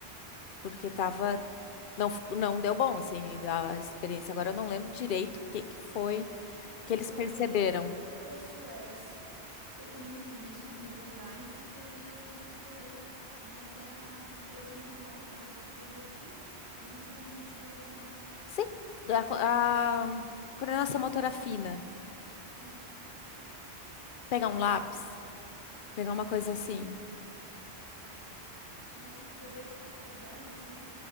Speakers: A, on the left (about 55°); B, on the right (about 20°).
A: porque tava,
B: Porque
A: não, fico- não deu bom, assim, a experiência. Agora eu não lembro direito o que que foi que eles
B: eu
A: perceberam.
B: acho que Foi a Suécia, eu também vi isso há um tempo atrás, e que eles crianças perderam a capacidade, até a destreza manual da, da caligrafia. Eles não sabiam mais escrever à mão.
A: Sim. É, A, co- a coordenação motora fina.
B: Isso, isso mesmo.
A: Pegar um lápis, pegar uma coisa assim.
B: Imagina perder essa capacidade, assim,